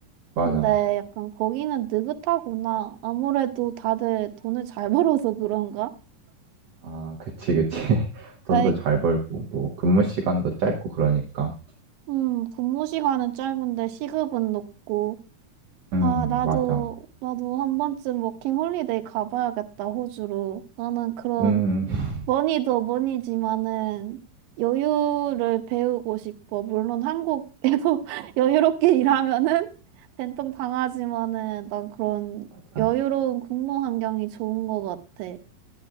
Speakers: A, on the right; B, on the right.
A: 맞아.
B: 근데 약간 거기는 느긋하구나. 아무래도 다들 돈을 잘 <laughs> 벌어서 그런가?
A: 아, 그치, 그치. <laughs> 돈도
B: 아이,
A: 잘 벌고 뭐 근무 시간도 짧고 그러니까.
B: 음, 근무 시간은 짧은데 시급은 높고.
A: 음,
B: 아, 나도,
A: 맞아.
B: 나도 한 번쯤 워킹 홀리데이 가봐야겠다, 호주로. 나는 그런
A: 음, <laughs>
B: 머니도 머니지만은 여유를 배우고 싶어. 물론 한국에도 <laughs> 여유롭게 일하면은 된통 당하지만은 난 그런
A: 맞아.
B: 여유로운 근무 환경이 좋은 것 같아.